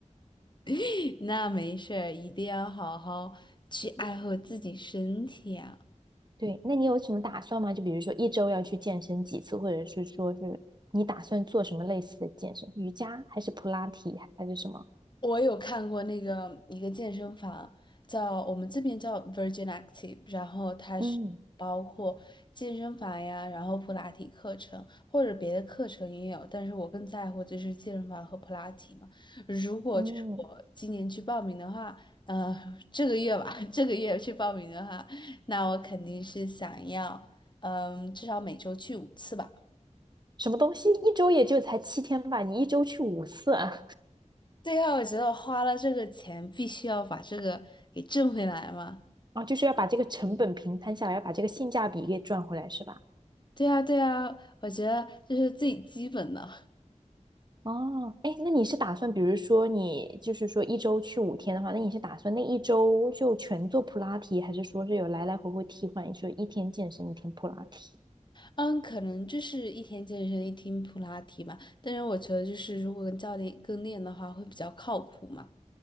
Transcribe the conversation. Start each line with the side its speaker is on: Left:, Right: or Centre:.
Left: <laughs> 那没事儿，一定要好好去爱护自己身体啊。
Right: 对，那你有什么打算吗？就比如说一周要去健身几次，或者是说是你打算做什么类似的健身？瑜伽还是普拉提还是什么？
Left: 我有看过那个一个健身房，叫我们这边叫 Virgin Active，然后它是包括健身房呀，
Right: 嗯
Left: 然后普拉提课程或者别的课程也有，但是我更在乎就是健身房和普拉提嘛。如果就是我今年去报名的话，
Right: 嗯，
Left: 呃，这个月吧，<laughs> 这个月去报名的话，那我肯定是想要，嗯，至少每周去五次吧。
Right: 什么东西？一周也就才七天吧，你一周去五次啊？
Left: 对后我觉得我花了这个钱，必须要把这个给挣回来嘛。
Right: <laughs> 啊，就是要把这个成本平摊下来，要把这个性价比给赚回来，是吧？
Left: 对呀，对呀，我觉得这是最基本的。
Right: 哦，哎，那你是打算，比如说你就是说一周去五天的话，那你是打算那一周就全做普拉提，还是说是有来来回回替换，就一天健身，一天普拉提？
Left: 嗯，可能就是一天健身，一天普拉提吧。但是我觉得，就是如果跟教练跟练的话，会比较靠谱嘛。